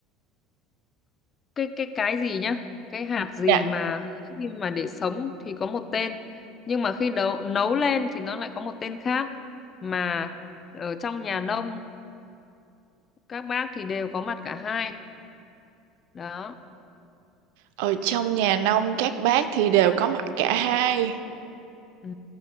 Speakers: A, on the left; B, on the right.
A: cái cái cái gì nhá cái hạt gì
B: dạ
A: mà khi mà để sống thì có một tên nhưng mà khi nấu nấu lên thì nó lại có một tên khác mà ở trong nhà nông các bác thì đều có mặt cả hai đó
B: ở trong nhà nông các bác thì đều có mặt cả hai
A: Ừ,